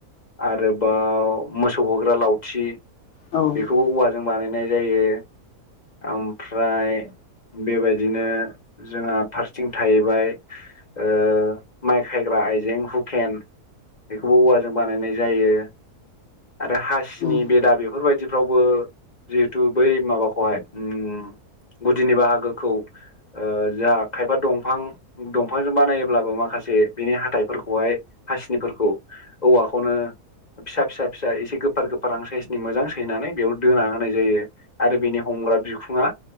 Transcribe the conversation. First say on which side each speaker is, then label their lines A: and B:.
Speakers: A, on the left; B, on the left.
A: आरोबाव मोसौ हग्रा लावथि
B: औ
A: बेखौबो
B: नंगौ औ नंगौ
A: औवा जों बानायनाय जायो। ओमफ्राय बेबायदिनो जोंहा फार थिं थाहैबाय ओ माइ खायग्रा आइजें हुकेन बेखौबो औवाजों बानायनाय जायो आरो हासिनि
B: औ नंगौ
A: बेदा बेफोरबायदिफ्रावबो जिहेथु बै माबाखौहाय उम गुदिनि बाहागोखौ ओ जोहा खायफा दंफां दंफांजों बानायोब्लाबो माखासे बिनि हाथाइफोरखौहाय हासिनिफोरखौ औवाखौनो फिसा फिसा फिसा एसे गोफार गोफारहां साइसनि मोजां सैनानै बेयाव दोना होनाय जायो आरो बिनि हमग्रा बिखुङा